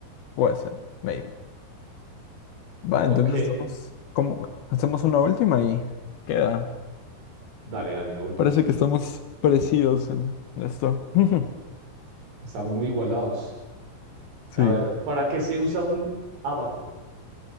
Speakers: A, on the left; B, on the right.
A: Puede ser. Maybe. Va,
B: Ok,
A: entonces estamos. como Hacemos una última y queda.
B: dale, dale, la última.
A: Parece que estamos parecidos en esto. <laughs>
B: Estamos muy igualados.
A: Sí.
B: A ver, ¿para qué se usa un abaco?